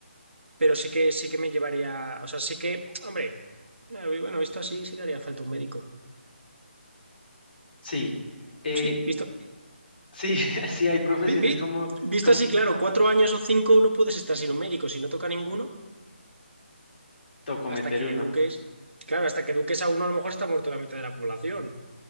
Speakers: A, on the right; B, on the left.
A: pero sí que sí que me llevaría, o sea, sí que, hombre, eh, bueno, visto así sí que haría falta un médico.
B: Sí, eh,
A: Sí, visto.
B: sí, <laughs> sí hay profesiones
A: vi- vi-
B: como,
A: visto
B: como
A: así, claro, cuatro años o cinco no puedes estar sin un médico, si no toca ninguno,
B: tocó
A: Hasta
B: meter
A: que
B: uno.
A: eduques, claro, hasta que eduques a uno a lo mejor está muerto la mitad de la población.